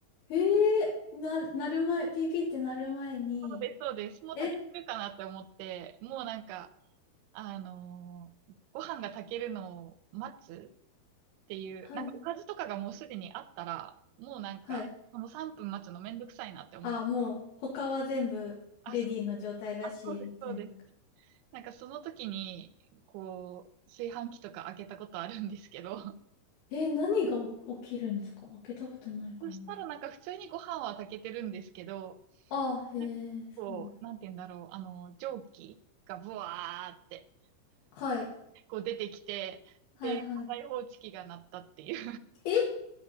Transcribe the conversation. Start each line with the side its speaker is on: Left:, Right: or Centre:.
Left: へえ、な、なる前、PP ってなる前に、
Right: そうです、そうです。もう炊けてるかなって思って、
Left: え
Right: もうなんか、あのー、ご飯が炊けるのを待つっていう、
Left: はい。
Right: なんかおかずとかがもうすでにあったら、もうなんか、
Left: はい。
Right: この3分待つのめんどくさいなって思って、
Left: あ、もう、他は全部、
Right: あ、
Left: レディーの状態だし、
Right: そあ、そうです、
Left: みたいな。
Right: そうです。なんかその時に、こう、炊飯器とか開けたことあるんですけど、
Left: え、何がお起きるんですか開けたことないかもです
Right: そしたらなんか普通にご飯は炊けてるんですけど、
Left: あ、へえ、
Right: なんかこう、
Left: そうなん。
Right: なんて言うんだろう、あの、蒸気がブワーって、
Left: はい。
Right: こう出てきて、
Left: はい、
Right: で、
Left: はい。
Right: 火災報知器が鳴ったっていう
Left: え